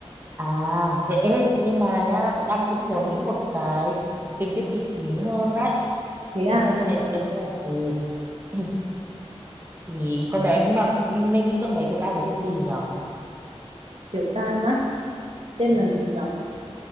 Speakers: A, on the right; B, on the right.
A: à thế ê, nhưng mà nhá đang cũng muốn nghĩ một cái tình tiết kịch tính hơn đấy
B: Thế à,
A: mày xem như này được không ừ <clears throat> thì con bé nhưng mà nên nghĩ con bé tiểu tam bé tên gì nhở
B: kiểu ta á, tên
A: ừ.
B: là gì nhỉ?